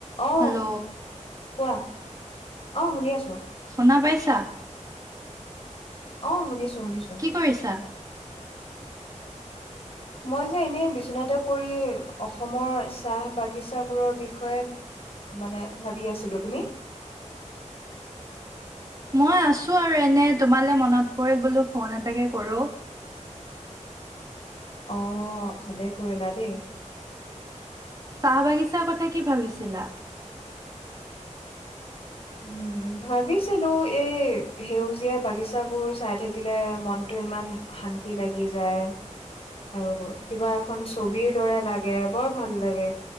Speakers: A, on the left (about 50°); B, on the right (about 30°).
A: অ
B: hello
A: কোৱা। অহ, শুনি আছো।
B: শুনা পাইছা।
A: অহ, শুনিছো। শুনিছো
B: কি কৰিছা?
A: মই যে এনেই বিচনাতে পৰি অসমৰ চাহ বাগিছাবোৰৰ বিষয়ে মানে ভাবি আছিলো। তুমি
B: মই আছোঁ আৰু এনে। তোমালৈ মনত পৰিল বোলো ফোন এটাকে কৰো।
A: অহ, ভালেই কৰিলা দেই।
B: চাহ বাগিচা ৰ কথা কি ভাবিছিলা।
A: উম ভাবিছিলো। এই সেউজীয়া বাগিচাবোৰ চাই থাকিলে মনতটো ইমান শান্তি লাগি যায়। আৰু কিবা এখন ছবিৰ দৰে লাগে বৰ ভাল লাগে।